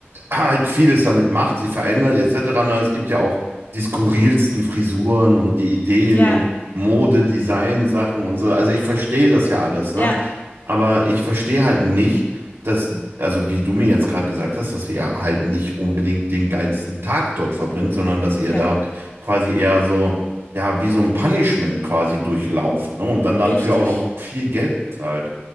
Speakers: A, on the right; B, on the left.
A: halt vieles damit macht, sie verändert etc. Na, es gibt ja auch die skurrilsten Frisuren und die Ideen
B: Ja.
A: und Mode, Design, Sachen und so. Also ich verstehe das ja alles, ne?
B: Ja.
A: Aber ich verstehe halt nicht, dass, also wie du mir jetzt gerade gesagt hast, dass ihr halt nicht unbedingt den geilsten Tag dort verbringt, sondern dass ihr
B: Ja.
A: da quasi eher so, ja, wie so ein Punishment quasi durchlauft, ne? Und dann dafür
B: Richtig.
A: auch noch viel Geld bezahlt.